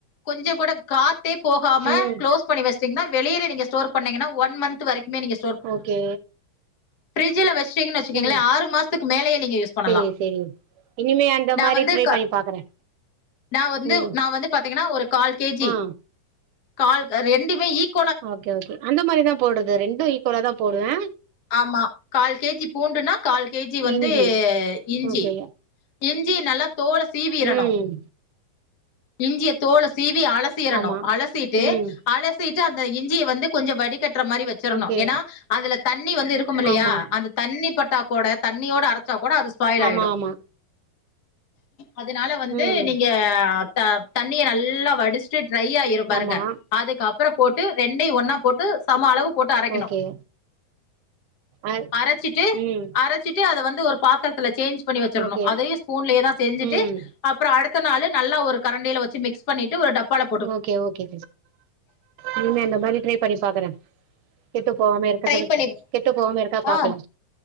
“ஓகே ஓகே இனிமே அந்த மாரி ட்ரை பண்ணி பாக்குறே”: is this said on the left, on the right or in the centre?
Right